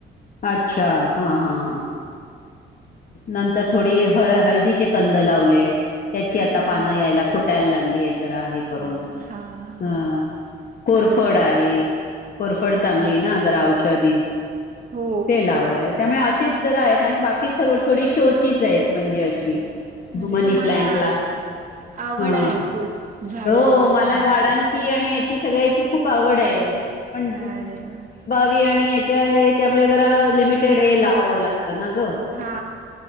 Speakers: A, on the left; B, on the right.
A: अच्छा हा हा हा नंतर थोडी हळ हळदीचे कंद लावलेत त्याची आता
B: हा
A: पानं यायला फुटायला लागलीय जरा हे करून
B: अरे हा हा
A: अ कोरफड आहे कोरफड चांगली
B: अरे
A: ना
B: वा
A: जरा औषधी
B: हो.
A: ते लावलायत त्यामुळे अशीच जरा आहेत आणि बाकी थोडी शोचीच आहेत म्हणजे अशी
B: म्हणजे
A: मनी
B: तुम्हाला
A: प्लांटला
B: आवड
A: ह
B: आहे खूप झाड
A: हो मला
B: लावण्याची.
A: झाडां या सगळ्या खूप आवड पण
B: अरे वा
A: वी आणि याच्या त्यामुळे जरा लिमिटेड हे लावावं लागतं ना ग
B: हा